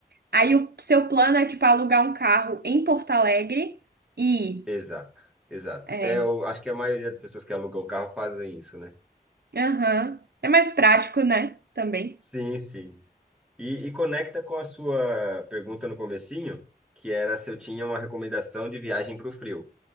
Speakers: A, on the right; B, in the centre.
A: Aí o seu plano é, tipo, alugar um carro em Porto Alegre e...
B: Exato, exato.
A: É.
B: É, eu acho que a maioria das pessoas que alugam o carro fazem isso, né?
A: Aham. É mais prático, né? Também.
B: Sim, sim. E, e conecta com a sua pergunta no comecinho, que era se eu tinha uma recomendação de viagem para o frio.